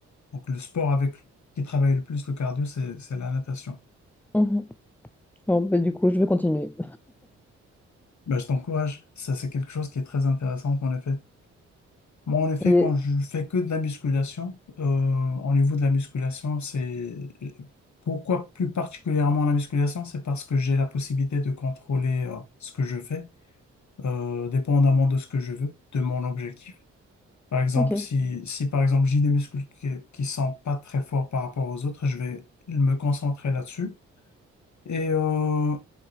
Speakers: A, on the left; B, in the centre.
A: donc le sport avec qui travaille le plus le cardio, c'est, c'est la natation.
B: Mhm. Bon, bah, du coup, je vais continuer.
A: Ben, je t'encourage. Ça, c'est quelque chose qui est très intéressant, en effet. Moi, en effet,
B: Et,
A: quand je fais que de la musculation, euh, au niveau de la musculation, c'est pourquoi plus particulièrement la musculation, c'est parce que j'ai la possibilité de contrôler, euh, ce que je fais, euh, dépendamment de ce que je veux, de mon objectif. Par exemple,
B: ok.
A: si, si par exemple j'ai des muscles qui, qui sont pas très forts par rapport aux autres, je vais me concentrer là-dessus. Et euh,